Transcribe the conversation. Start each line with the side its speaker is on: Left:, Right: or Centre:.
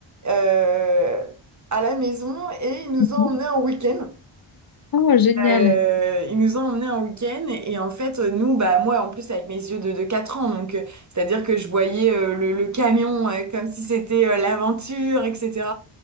Right: euh, à la maison et ils nous
Left: Mhm.
Right: ont emmenés en week-end.
Left: Oh, génial.
Right: Euh, il nous a emmenés un week-end et en fait euh, nous bah moi en plus avec mes yeux de, de 4 ans donc euh, c'est-à-dire que je voyais euh, le, le camion euh, comme si c'était euh, l'aventure etc